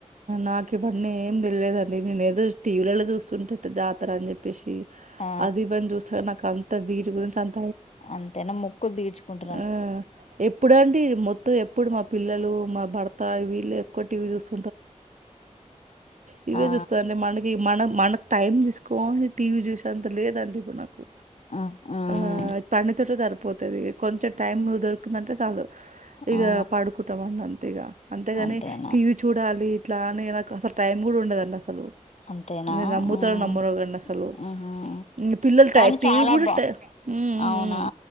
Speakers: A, on the right; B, on the left.
A: నాకు ఇవన్నీ ఏమి తెలిలేదండి నేను ఏదో టీవీలలో చూస్తుంటట్టు జాతర అని చెప్పేసి
B: ఆ
A: అది ఇవన్నీ చూస్తే నాకు అంత వీటి గురించి అన్
B: అంతేనా ముక్కులు తీర్చుకుంట
A: ఆ ఎప్పుడంటి మొత్తం ఎప్పుడు మా పిల్లలు మా భర్త వీళ్ళు ఎక్కువ టీ వి చూసు టీవీ
B: ఆ
A: చూస్తాంది మనది మన మనకు టైమ్ తీస్ కోని టీవీ చూసే అంత లేదండి మనకు
B: ఉమ్ ఉమ్
A: ఆ పని తోటే సరి పోతది కొంచెం టైం దొరికిందంటే చాలు ఇగ
B: ఆ
A: పడుకుంటాం వాళ్ళ అంతే ఇక అంతేగాని
B: అంతేనా
A: టీవీ చూడాలి ఇట్లా అనే నాకు అసలు టైం కూడా ఉండదండి అసలు
B: అంతేనా
A: మీరు నమ్ముతారో
B: మ్మ్
A: నమ్మరో గాని అసలు.
B: మ్మ్
A: ఇంగ పిల్లలు
B: కానీ
A: టై టీవీ
B: చాలా
A: గూడా
B: బా
A: టై హ్మ్.
B: అవునా
A: హ్మ్.